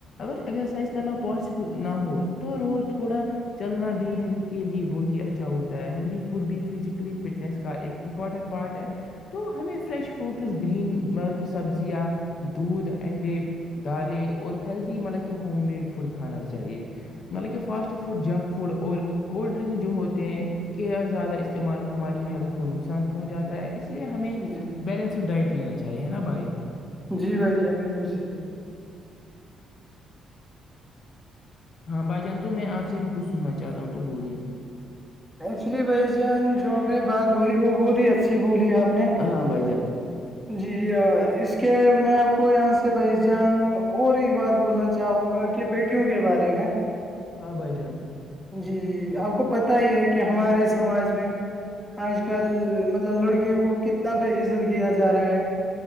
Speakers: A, on the left; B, in the centre.
A: اگر ایزرسائز کرنا پاسبل نہ ہو تو روود تھوڑا چلنا بھی ہیلتھ کے لیے بہت ہی اچھا ہوتا ہے ہیلدی فوڈ بھی فزیکلی فٹنیس ایک امپورٹنٹ پارٹ ہے تو ہمیں فریش فروٹس گرین مطلب کہ سبزیاں دودھ اینڈے دالیں اور ہیلدی مطلب کہ ہوم میڈ فوڈ کھانا چاہیے مطلب کہ فاسٹ فوڈ جنک فوڈ اور کولڈ ڈرنک جو ہوتے ہیں کے زیادہ استعمال ہماری ہیلتھ کو نقصان پہنچاتا ہے اس لیے ہمیں
B: جی
A: بیلنسڈ ڈائٹ لینا چاہیے نا بھائی
B: جی بھائی جان بالکل جی
A: ہاں بائی جان تو میں آپ سے بھی کچھ سننا چاہتا ہوں تو بولیے
B: ایکچولی بھائی جان جو آپ نے بات بولی وہ بہت ہی اچھی بولی آپ نے
A: ہاں ہاں بائی جان
B: جی اس کے میں آپ کو یہاں سے بھائی جان اور ایک بات بولنا چاہوں گا کہ کے بیٹیوں کے بارے میں
A: ہاں بھائی جان
B: جی آپ کو پت ہی ہے کہ ہمارے سماج میں آج کل مطلب لڑکیوں کو کتنا بے عزت کیا جا رہا ہے